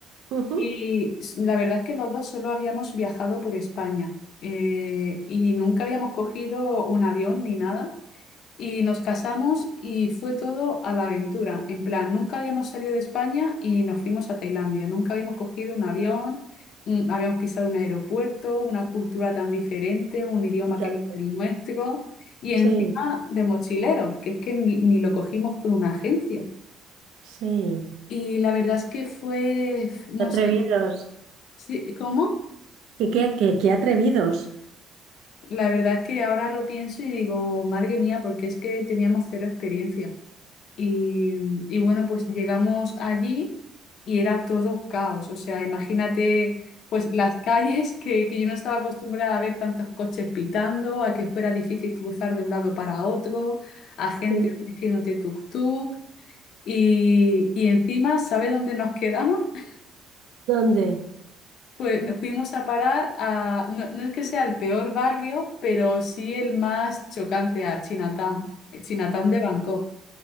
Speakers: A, on the right (about 80°); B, on the left (about 60°).
A: Ujú.
B: Y s- la verdad es que los dos solo habíamos viajado por España eh, y nunca habíamos cogido un avión ni nada. Y nos casamos y fue todo a la aventura. En plan, nunca habíamos salido de España y nos fuimos a Tailandia. Nunca habíamos cogido un avión, mm, habíamos pisado un aeropuerto, una cultura tan diferente, un idioma
A: Y tanto.
B: que no es el nuestro. Y encima
A: Sí,
B: de mochilero, que es que ni, ni lo cogimos con una agencia.
A: sí.
B: Y la verdad es que fue, no
A: Qué atrevidos.
B: sé, sí, ¿cómo?
A: ¿Qué, qué, qué, qué atrevidos?
B: La verdad es que ahora lo pienso y digo, madre mía, porque es que teníamos cero experiencia. Y, y bueno, pues llegamos allí y era todo caos. O sea, imagínate pues las calles que, que yo no estaba acostumbrada a ver tantos coches pitando, a que fuera difícil cruzar de un lado para otro, a gente
A: Sí.
B: diciéndote tuk-tuk. Y, y encima, ¿sabe dónde nos quedamos? <laughs>
A: ¿Dónde?
B: Pues nos fuimos a parar a, no, no es que sea el peor barrio, pero sí el más chocante a Chinatown, Chinatown de Bangkok.